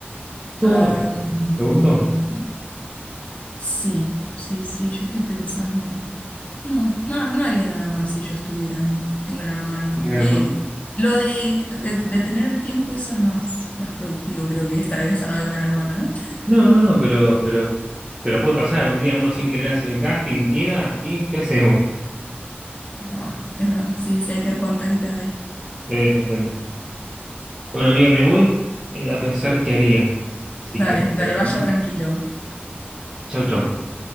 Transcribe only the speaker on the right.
estuvo
bonito. ¿Te gustó?
Gran
hermano.
No, no, no, pero, pero, pero puede pasar. Un día uno sin querer hacer el casting, queda y ¿qué hacemos?
Eh, depende. bueno, amiga, me voy eh, a pensar qué haría. Así
que,
hermano,
chau, chau.